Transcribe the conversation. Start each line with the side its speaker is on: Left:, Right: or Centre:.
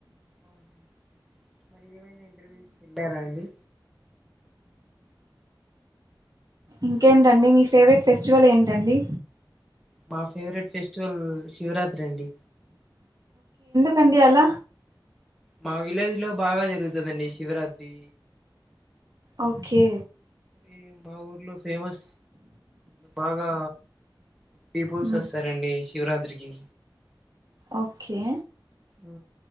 Centre: ఆఓహ ఏవైన ఇంటర్వ్యూస్ ఉంటారా అండి
Right: ఇంకేంటండి మీ ఫేవరెట్ ఫెస్టివల్ ఏంటండి.
Centre: మా ఫేవరెట్ ఫెస్టివల్ శివరాత్రి అండి.
Right: కండి అల
Centre: మా విలేజ్ లో బాగా జరుగుతుదండి శివరాత్రి
Right: ఓకే
Centre: ఈ మా ఊర్లోస్ ఫేమస్ బాగా డీపుల్స్
Right: మ్మ్.
Centre: వస్తారండి శివరాత్రి కి
Right: ఓకే
Centre: ఉ